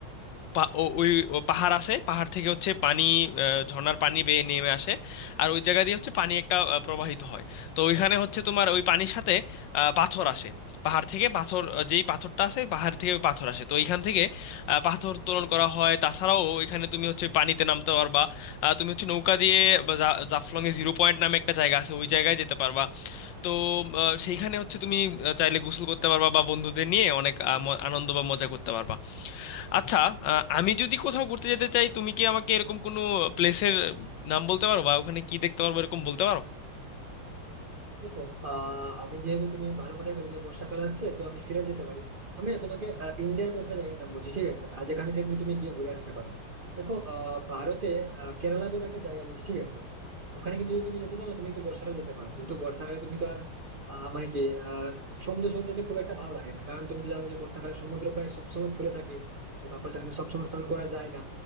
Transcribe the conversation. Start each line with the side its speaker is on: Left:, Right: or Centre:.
Left: পা- ও- ওই ও পাহাড় আছে পাহাড় থেকে হচ্ছে পানি আহ, ঝর্ণার পানি বেয়ে নেমে আসে আর ওই জায়গা দিয়ে হচ্ছে পানি একটা আহ, প্রবাহিত হয় তো ওইখানে হচ্ছে তোমার ওই পানির সাথে আহ, পাথর আসে পাহাড় থেকে পাথর আহ, যেই পাথরটা আছে পাহাড় থেকে ওই পাথর আসে তো ওইখান থেকে আহ, পাথর উত্তোলন করা হয় তাছাড়াও ওইখানে তুমি হচ্ছে পানিতে নামতে পারবা আহ, তুমি হচ্ছে নৌকা দিয়ে বা জা- জাফলং এ জিরো পয়েন্ট নামে একটা জায়গা আছে ওই জায়গায় যেতে পারবা তো আহ, সেইখানে হচ্ছে তুমি আহ, চাইলে গোসল করতে পারবা বা বন্ধুদের নিয়ে অনেক আহ, ম- আনন্দ বা মজা করতে পারবা আচ্ছা আহ, আমি যদি কোথাও ঘুরতে যেতে চাই তুমি কি আমাকে এরকম কোনো প্লেসের নাম বলতে পারো বা ওখানে কি দেখতে পারবো এরকম বলতে পারো
Right: দেখো আহ আমি যেহেতু তুমি ভালো কথাই বলে যে বর্ষাকাল আসছে তো আমি সিলেট যেতে পারি আমি না তোমাকে আহ, ইন্ডিয়ার কয়েকটা জায়গার নাম বলছি ঠিক আছে আর যেখানে কিন্তু তুমি গিয়ে ঘুরে আসতে পারো দেখো আহ, ভারতে আহ, কেরালা বলে একটা জায়গা রয়েছে ঠিক আছে ওখানে কিন্তু যদি তুমি যেতে চাও না, তুমি কিন্তু বর্ষাকালে যেতে পারো কিন্তু বর্ষাকালে তুমি তো আর আহ, মানে কি আহ সমুদ্র সৈকত যেতে খুব একটা ভালো লাগে না কারণ তুমি তো জানো যে বর্ষাকালে সমুদ্র প্রায় সবসময় ফুলে থাকে তো তারপর সেখানে সবসময় স্নান করা যায় না